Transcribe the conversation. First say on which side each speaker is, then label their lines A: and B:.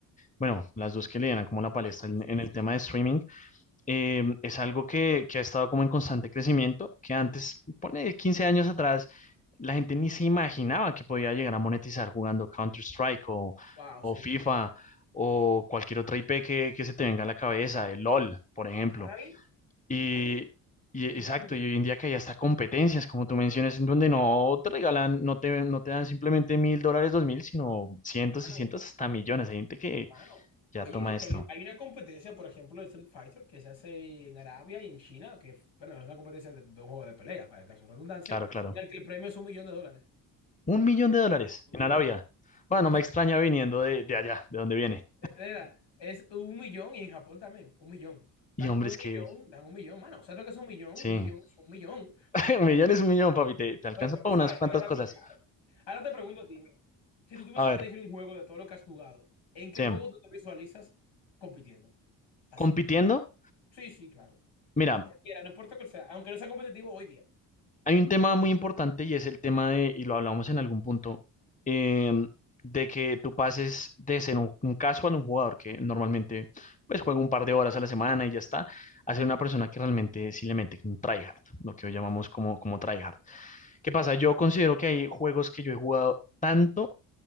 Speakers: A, on the left; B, on the left.
A: Bueno, las dos que le dan como la palestra
B: sí, sí,
A: en,
B: sí,
A: en
B: sí.
A: el tema de streaming, eh, es algo que, que ha estado como en constante crecimiento, que antes, pone 15 años atrás, la gente ni se imaginaba que podía llegar a monetizar jugando Counter-Strike o,
B: Wow,
A: o
B: sí.
A: FIFA o cualquier otra IP que, que se te venga a la cabeza, el LOL, por ejemplo.
B: Ahora bien,
A: Y,
B: oye,
A: y exacto,
B: yo pregunto,
A: y hoy en día que hay hasta competencias, como tú mencionas, en donde no te regalan, no te, no te dan simplemente mil dólares, dos mil, sino cientos
B: mano,
A: y cientos hasta millones. Hay gente que
B: mano.
A: ya
B: Oye,
A: toma
B: es que
A: esto.
B: hay, hay una competencia, por ejemplo, de Street Fighter que se hace en Arabia y en China, que, bueno, es una competencia de, dos juegos de pelea, para el caso de redundancia,
A: Claro, claro.
B: en el que el premio es un millón de dólares.
A: Un millón de dólares
B: Un
A: en
B: millón,
A: Arabia.
B: va.
A: Bueno,
B: <laughs>
A: no me extraña viniendo de, de allá, de donde viene.
B: Era, es un millón y en Japón también, un millón.
A: Y
B: Dan
A: hombre,
B: un
A: es
B: millón,
A: que
B: dan un millón, mano. ¿Sabes lo que es un millón?
A: sí,
B: Un millón es un millón.
A: <laughs> un millón es un millón, papi, te, te alcanza
B: O
A: para
B: sea,
A: unas
B: hay
A: cuantas
B: que dejarlo
A: cosas.
B: claro. Ahora te pregunto a ti, si tú tuvieses
A: A ver,
B: que elegir un juego de todo lo que has jugado, ¿en qué
A: Sam,
B: juego tú te visualizas compitiendo? Así.
A: compitiendo,
B: Sí, sí, claro.
A: mira,
B: Cualquiera, no importa cuál sea, aunque no sea competitivo hoy día.
A: hay un tema muy importante y es el tema de, y lo hablamos en algún punto, eh, de que tú pases de ser un, un casual, un jugador que normalmente pues
B: Sí,
A: juega un par de horas a la semana y ya está, a ser una persona que realmente sí le mete un tryhard, lo que hoy llamamos
B: sí,
A: como, como tryhard. ¿Qué pasa? Yo considero que hay juegos que yo he jugado tanto